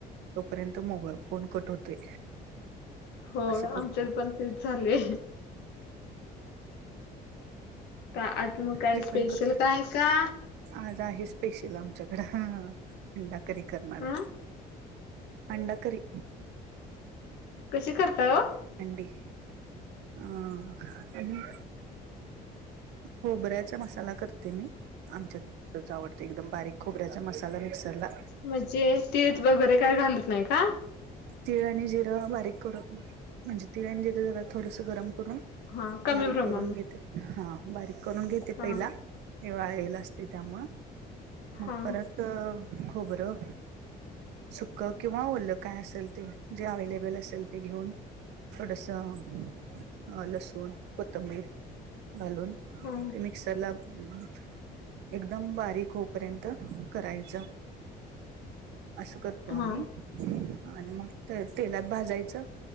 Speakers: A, on the right; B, on the left.
A: तोपर्यंत मोबाईल फोन कट होतोय.
B: होय
A: असं करतोय
B: आमच्यात पण तेच झालंय. का आज मग काय
A: हे
B: स्पेशल
A: पण करतोय.
B: काय हाय का?
A: आज आहे स्पेशल आमच्याकडं अंडाकरी करणार आहे.
B: हा
A: अंडाकरी.
B: कशी करताय ओ?
A: अंडी अं आणि खोबऱ्याचा मसाला करते मी, आमच्यात तोच आवडतोय एकदम बारीक. खोबऱ्याचा मसाला मिक्सरला
B: म्हणजे तीळ वगैरे काय घालत नाही का
A: तीळ आणि जिरं बारीक करून, म्हणजे तीळ आणि जिरं जरा थोडसं गरम करून
B: हा कमी
A: बारीक
B: प्रमाणात
A: करून घेते, हा बारीक करून घेते
B: हा
A: पहिला. ते वाळलेलं असतंय त्यामुळं मग
B: हा
A: परत खोबरं सुकं किंवा ओलं काय असेल ते. जे अवेलेबल असेल ते घेऊन थोडसं अ लसूण कोथंबीर घालून
B: हा
A: ते मिक्सरला <unintelligible> एकदम बारीक होऊपर्यंत करायचं. असं करतो
B: हा
A: आम्ही आणि मग ते तेलात भाजायचं